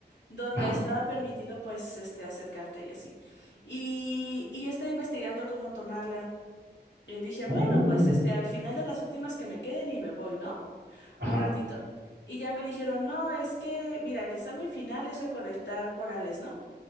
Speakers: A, on the left; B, on the right.
A: donde
B: ajá.
A: estaba permitido pues este acercarte y así. Y, y yo estaba investigando cómo tomarla. Y dije, bueno,
B: Oh,
A: pues este, al final de las últimas que me queden y me voy, ¿no?
B: ajá,
A: Un ratito. Y ya me dijeron, no, es que, mira, el examen final es recolectar corales, ¿no?